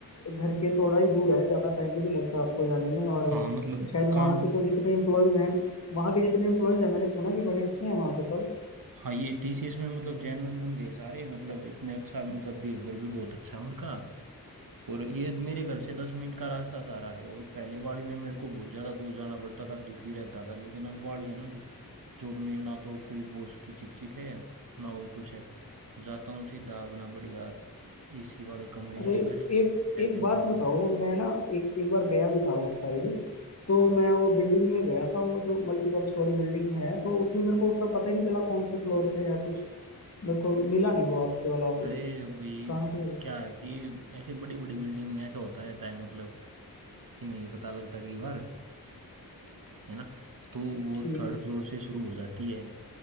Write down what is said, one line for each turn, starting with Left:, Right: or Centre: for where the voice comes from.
Left: घर के थोड़ा ही दूर है ज़्यादा टाइम भी नहीं लगता आपको जाने में और
Right: हाँ मतलब
Left: शायद
Right: काम
Left: वहाँ के तो जितने एम्प्लॉयज़ हैं वहाँ के जितने एम्प्लॉयज़ हैं मैंने सुना कि बड़े अच्छे हैं वहाँ पे सब
Right: हाँ ये टीसीएस में मतलब जेन्युइन बंदे हैं सारे मतलब इतने अच्छा मतलब बिहेवियर भी बहुत अच्छा है उनका और ये मेरे घर से दस मिनट का रास्ता सारा है और पहले वाली में मेरे को बहुत ज़्यादा दूर जाना पड़ता था दुखी रहता था लेकिन अब वाली है ना जो जॉब में ना तो कोई बॉस की चिक चिक है ना और कुछ है जाता हूँ सीधा अपना बढ़िया एसी वाले कमरे
Left: अरे
Right: हैं सारे
Left: एक
Right: कैबिन
Left: एक बात
Right: में
Left: बताओ मैं ना एक एक बार गया भी था उस साइड तो मैं वो बिल्डिंग में गया था वो जो मल्टीपल स्टोरी बिल्डिंग है तो उसमें मेरे को उसका पता ही नहीं चला कौन से फ्लोर पे है कुछ मेरे को मिला नहीं वो आपके वाला ऑफिस
Right: अरे भाई
Left: कहाँ पे है वो
Right: क्या है कि ऐसे बड़ी बड़ी बिल्डिंग में ऐसा होता रहता है मतलब कि नहीं पता लगता कई बार है ना तो वो
Left: ठीक
Right: थर्ड फ्लोर से शुरू हो जाती है